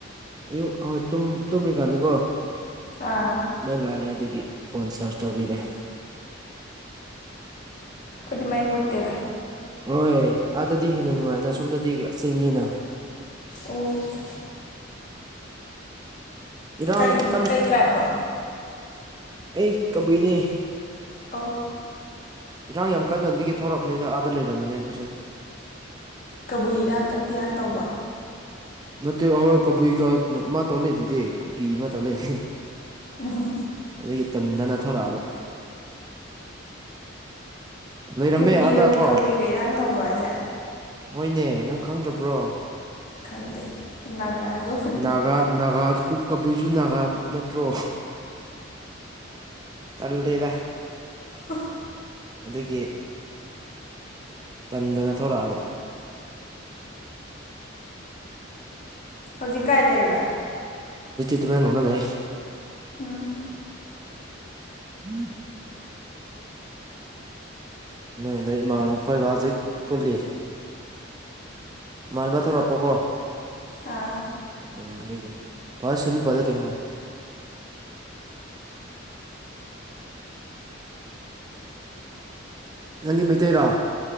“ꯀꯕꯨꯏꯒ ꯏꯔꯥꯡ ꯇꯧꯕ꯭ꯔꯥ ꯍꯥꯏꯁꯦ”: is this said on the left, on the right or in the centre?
Left